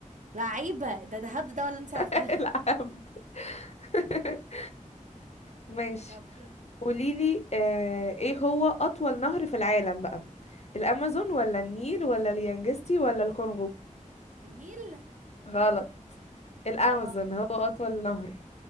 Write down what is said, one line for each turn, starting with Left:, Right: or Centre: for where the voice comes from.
Right: لعيبة ده ده هبد ده ولا انت عارفاه
Left: <laughs> العبد <laughs> ماشي
Right: <laughs> طب دوري
Left: قوليلي آه ايه هو أطول نهر في العالم بقى الأمازون ولا النيل ولا اليانجستي ولا الكونغو
Right: النيل
Left: غلط الأمازون
Right: اه
Left: هو أطول نهر